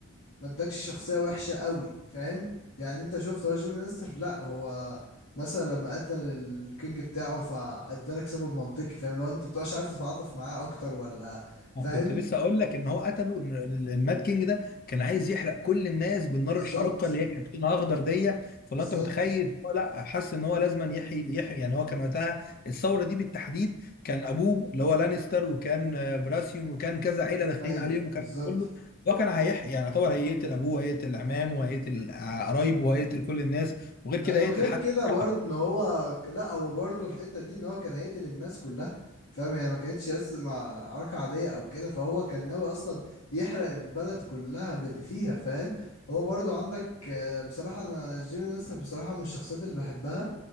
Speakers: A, on the left; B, on the left.
A: ما ادكش شخصية وحشة قوي فاهم يعني أنت شفت هو جيمي لانستر لأ هو مثلا لما قتل الكينج بتاعه فادالك سبب منطقي فاهم لو أنت مبتبقاش عارف تتعاطف معاه أكتر ولا فاهم
B: أنا كنت لسه اقول لك ان هو قتله ان ال- المات كينج ده كان عايز يحرق كل الناس بالنار
A: بالظبط
B: الحارقه اللي هي كانت لونها اخضر دي فلو
A: بالظبط
B: انت متخيل هو لا حس ان هو لازما يحيي يحيي يعني هو كان وقتها الثوره دي بالتحديد كان ابوه اللي هو لانستر وكان آه، براسيون وكان كذا عيله داخلين
A: أيوه
B: عليهم وكان
A: بالظبط
B: كله هو كان هيحيي يعني طبعا هيقتل ابوه وهيقتل عمامه وهيقتل آه، قرايبه وهيقتل كل الناس وغير كده
A: أيوة،
B: هيقتل
A: وغير
B: حتى
A: كده
B: الشعب
A: برضه ان هو ك- لا هو برضه الحته دي ان هو كان هيقتل الناس كلها فاهم يعني ما كانتش بس مع عركه عاديه او كده فهو كان ناوي اصلا يحرق البلد كلها باللي فيها فاهم هو برضه عندك آه، بصراحه انا جيمي لانستر بصراحه من الشخصيات اللي بحبها